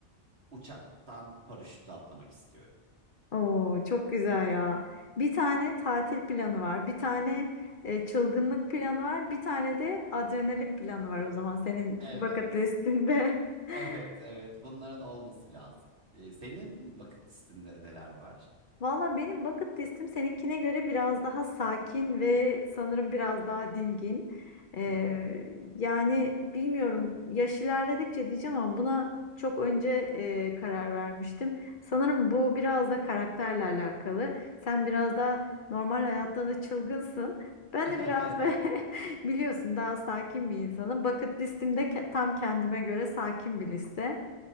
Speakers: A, on the right (about 65°); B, on the left (about 50°).
A: uçaktan paraşütle atlamak istiyorum.
B: Oo, çok güzel ya. Bir tane tatil planı var, bir tane e, çılgınlık planı var, bir tane de adrenalin planı var o zaman senin
A: Evet.
B: bucket listinde.
A: Evet,
B: <laughs>
A: evet. Bunların olması lazım. Ee, senin vakit listinde neler var?
B: Valla benim bucket listim seninkine göre biraz daha sakin ve sanırım biraz daha dingin. Ee,
A: Hı hı.
B: yani bilmiyorum yaş ilerledikçe diyeceğim ama buna çok önce e, karar vermiştim. Sanırım bu biraz da karakterle alakalı. Sen biraz daha normal hayatta da çılgınsın. Ben
A: <laughs>
B: de biraz ve <laughs> biliyorsun daha sakin bir insanım. Bucket listim de ke- tam kendime göre sakin bir liste.